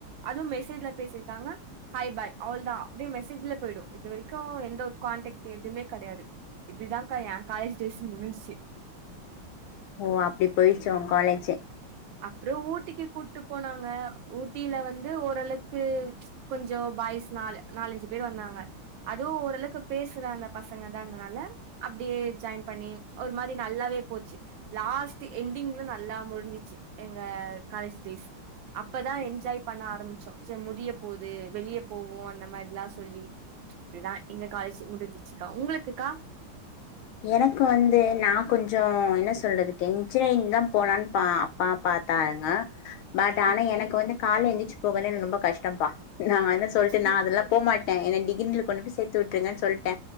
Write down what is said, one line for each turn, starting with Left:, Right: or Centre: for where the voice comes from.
Right: அதுவு மெசேஜ்ல பேசிருக்காங்க ஹாய் பாய் அவளோதா அப்டியே மெசேஜ்ல போய்டு இது வரைக்கு எந்த ஒரு காண்டடக்ட் எதுவுமே கெடையாது இப்டிதாக்கா ஏ காலேஜ் டேஸ் முடிஞ்சி
Left: ஓ அப்டி போயிச்சா உங் காலேஜ்சு
Right: அப்புறோ ஊட்டிக்கு கூட்டு போனாங்க ஊட் டியில வந்து ஓரளவுக்கு கொஞ்ச பாய்ஸ் நாலு நாலஞ்சு பேர் வந்தாங்க அதுவு ஓரளவுக்கு பேசுற அந்த பசங்கதான்னால அப்டியே ஜாயின் பண்ணி ஒரு மாரி நல்லாவே போச்சு லாஸ்ட் எண்டிங்ல நல்லா முடிஞ்சிச்சு எங்க காலேஜ் டேஸ் அப்பதா என்ஜாய் பண்ண ஆரம்பிச்சோ சேர் முடிய போகுது வெளியே போவோ அந்த மாரில்லா சொல்லி இப்டிதா எங்க காலேஜ் முடிஞ்சிச்சுக்கா உங்ளுக்குக்கா
Left: எனக்கு வந்து நா கொஞ்சோ என்ன சொல்றதுக்கு இன்ஜினியரிங்தா போலான்னு பா அப்பா பாத்தாங்க பட் ஆனா
Right: ஓகே
Left: எனக்கு வந்து கால எந்திச்சு போகலென் ரொம்ப கஷ்டம்பா நா என்ன சொல்லிட்டு நா
Right: ம்
Left: அதெல்லா போமாட்டே என்ன டிகிரில கொண்டு போய் சேத்து விட்டுருங்கச் சொல்ட்ட